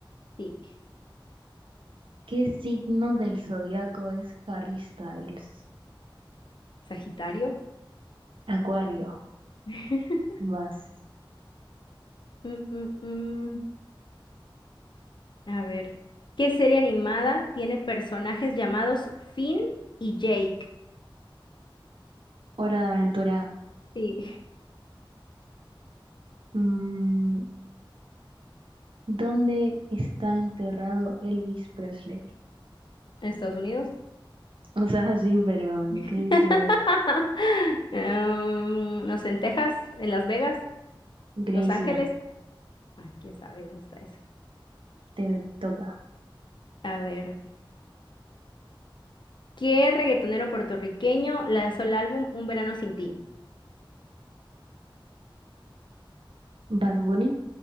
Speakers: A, on the left (about 60°); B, on the right (about 75°).
A: Sí,
B: ¿Qué signo del zodiaco es Harry Styles?
A: Sagitario.
B: Acuario.
A: <laughs>
B: Vas.
A: Mm, mm, mm. A ver, ¿qué serie animada tiene personajes llamados Finn y Jake?
B: Hora de aventura.
A: Sí,
B: Mm, ¿dónde está enterrado Elvis Presley? <laughs>
A: Estados Unidos?
B: O sea, sí, pero ¿en
A: <laughs>
B: qué ciudad?
A: Em, no sé, en Texas, en Las Vegas,
B: Graceland.
A: Los Ángeles. Ah, quién sabe dónde está eso.
B: Te toca.
A: A ver, ¿qué reggaetonero puertorriqueño lanzó el álbum Un Verano Sin Ti?
B: Bad Bunny.